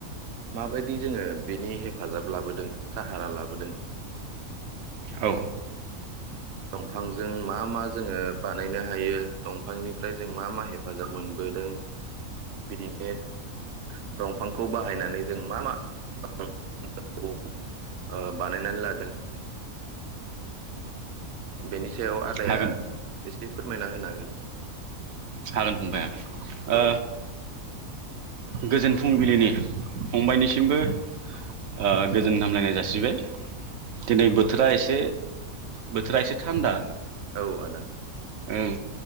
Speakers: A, on the right (about 55°); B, on the right (about 70°).
A: माबायदि जोंङो बिनि हेफाजाब लाबोदों साहारा लाबोदों।
B: औ
A: दंफांजों मा मा जोंङो बानायनो हायो। दंफांनिफ्राय जों मा मा हेफाजाब मोनबोदों बिदिनो दंफांखौ बाहायनानै जों मा मा <unintelligible> ओ बानायनानै लादों बेनि सायाव आदाया
B: हागोन
A: एस से फोरमायना होनो हागोन।
B: सागोन बुंबाय हागोन
A: औ
B: ओ गोजोन फुं फुंबिलिनि फंबायनिसिमबो ओ गोजोन हामलायनाय जासिबाय। दिनै
A: औ
B: बोथोरा
A: आदा
B: एसे बोथोरा एसे थान्दा।
A: औ आदा।
B: ओं